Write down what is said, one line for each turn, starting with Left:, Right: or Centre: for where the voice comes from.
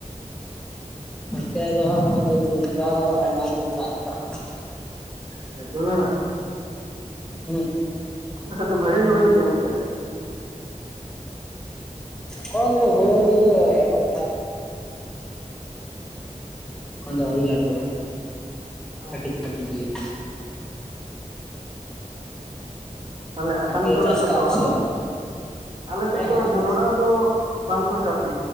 Centre: ᱱᱚᱛᱮ ᱫᱚ ᱦᱟᱸᱜ ᱮᱠᱷᱚᱱ ᱫᱚ ᱡᱩᱱᱰᱨᱟ ᱟᱭᱢᱟ ᱠᱚ ᱪᱟᱥ ᱠᱟᱜ-ᱟ ᱦᱟᱸᱜ᱾
Right: ᱟᱪᱪᱷᱟ ᱡᱚᱱᱚᱲᱟ,
Centre: ᱦᱩᱸ
Right: ᱟᱯᱮ ᱥᱮᱜ ᱫᱚ ᱵᱷᱟᱜᱮ ᱜᱮ ᱦᱩᱭᱩᱜ ᱜᱮᱭᱟ ᱚᱱᱛᱮ?
Centre: ᱮᱠᱷᱚᱱ ᱫᱚ ᱦᱳᱭ ᱫᱚ ᱮᱦᱚᱵ ᱮᱠᱷᱚᱱ ᱫᱚ ᱟᱣᱨᱤ ᱞᱟᱴᱩᱜ-ᱟ
Right: ᱟᱪᱪᱷᱟ
Centre: ᱠᱟᱹᱴᱤᱡ ᱠᱟᱹᱴᱤᱡ ᱜᱮᱭᱟ᱾
Right: ᱛᱟᱦᱮᱞᱮ ᱟᱥᱟᱱ
Centre: ᱚᱱᱛᱮ
Right: ᱥᱳᱨ
Centre: ᱫᱚ ᱪᱟᱥ
Right: ᱨᱮᱛᱟ
Centre: ᱠᱟᱜᱼᱟ
Right: ᱯᱮ ᱚᱲᱟᱜ
Centre: ᱥᱮ
Right: ᱵᱟᱝ ᱟᱞᱮ ᱥᱮᱫ
Centre: ᱦᱮᱸ
Right: ᱫᱚ
Centre: ᱦᱮᱸ ᱟᱥᱟᱢ
Right: ᱡᱚᱱᱚᱲᱟ
Centre: ᱥᱮᱫ
Right: ᱫᱚᱼᱼ ᱵᱟᱝ ᱠᱚ ᱪᱟᱥ ᱜᱤᱼᱼ